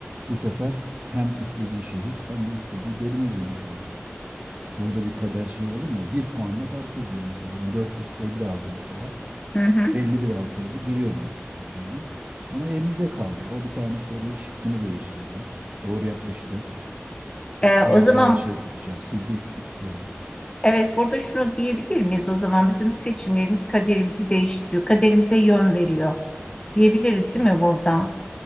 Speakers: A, on the right (about 35°); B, on the left (about 20°).
A: Bu sefer hem istediği şehir hem de istediği bölüme girmiş oldu. Burada bir kader şeyi olur mu? Bir puanla fark ediyor mesela. Adam 450 aldı mesela.
B: hı hı.
A: 51 alsaydı giriyordu mesela diyelim. Ama 50'de kaldı. O bir tane soruyu şıkkını değiştirdi. Doğru yapmıştı.
B: Ee,
A: Sonra
B: o zaman
A: yanlışı şey, sildi. yanlış geldi.
B: evet burada şunu diyebilir miyiz? O zaman bizim seçimlerimiz kaderimizi değiştiriyor, kaderimize yön veriyor diyebiliriz değil mi burada?